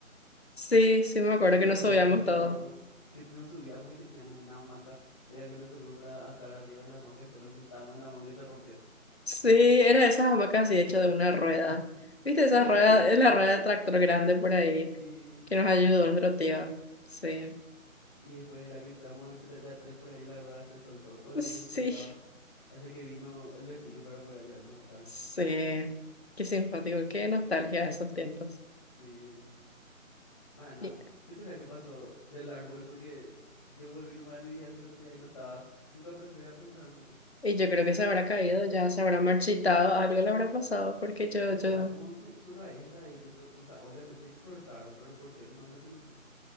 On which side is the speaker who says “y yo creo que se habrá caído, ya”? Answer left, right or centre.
Left